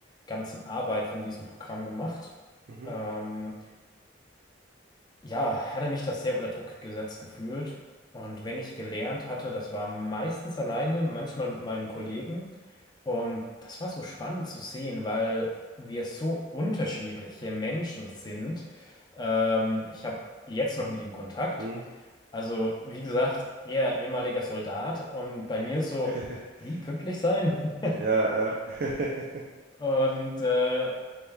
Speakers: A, on the left (about 20°); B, on the right (about 50°).
A: ganzen Arbeit von diesem Programm gemacht.
B: Mhm.
A: Ähm, ja, hatte mich das sehr unter Druck gesetzt gefühlt. Und wenn ich gelernt hatte, das war meistens alleine, manchmal mit meinem Kollegen. Und das war so spannend zu sehen, weil wir so unterschiedliche Menschen sind. Ähm, ich habe jetzt noch mit ihm Kontakt.
B: Mhm.
A: Also, wie gesagt, er ehemaliger Soldat und bei mir ist so,
B: <laughs>
A: wie pünktlich sein? <laughs>
B: Ja, ja. <laughs>
A: Und äh,